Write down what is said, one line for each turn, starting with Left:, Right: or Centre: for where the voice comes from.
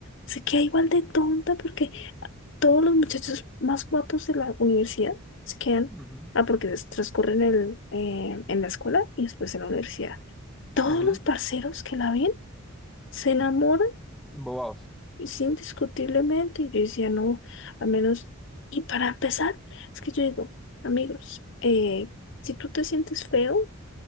Left: se queda igual de tonta porque todos los muchachos más guapos de la universidad se quedan,
Centre: Ujú,
Left: ah, porque des- transcurren el, eh, en la escuela y después en la universidad. Todos
Centre: ujú.
Left: los parceros que la ven se enamoran
Centre: Bobaos,
Left: y sí, indiscutiblemente. Y yo decía, no, al menos, y para empezar, es que yo digo, amigos, eh, si tú te sientes feo,